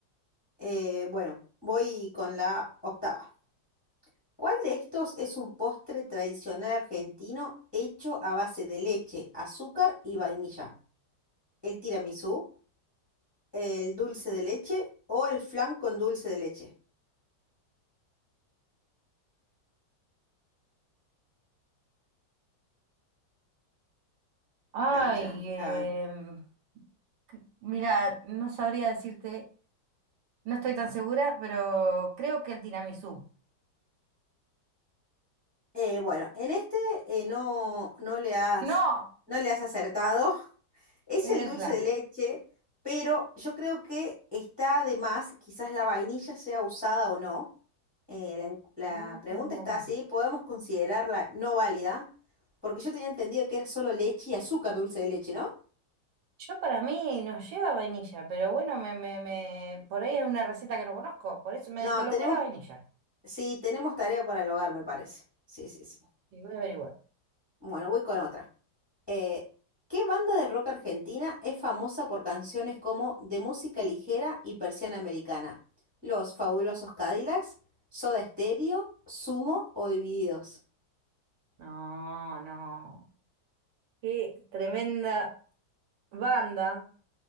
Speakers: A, on the left; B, on the right.
A: Eh, bueno, voy con la octava. ¿Cuál de estos es un postre tradicional argentino hecho a base de leche, azúcar y vainilla? ¿El tiramisú, el dulce de leche o el flan con dulce de leche?
B: Ay,
A: Chan, chan,
B: em,
A: chan.
B: c- mira, no sabría decirte, no estoy tan segura, pero creo que el tiramisú.
A: Eh, bueno, en este eh, no, no le has,
B: No,
A: no le has acertado. <laughs> Es
B: era
A: el
B: el
A: dulce
B: flan.
A: de leche, pero yo creo que está de más, quizás la vainilla sea usada o no. Eh, la, en- la
B: Ah.
A: pregunta está así, podemos considerarla no válida, porque yo tenía entendido que era solo leche y azúcar dulce de leche, ¿no?
B: Yo para mí nos lleva vainilla, pero bueno, me, me, me, por ahí es una receta que no conozco, por eso me
A: No,
B: descolocó
A: tenemos,
B: la vainilla.
A: sí, tenemos tarea para el hogar, me parece. Sí, sí, sí.
B: Y voy a averiguar.
A: Bueno, voy con otra. Eh, ¿qué banda de rock argentina es famosa por canciones como De música ligera y Persiana Americana? Los Fabulosos Cadillacs, Soda Stereo, Sumo o Divididos.
B: No, no. Qué tremenda banda.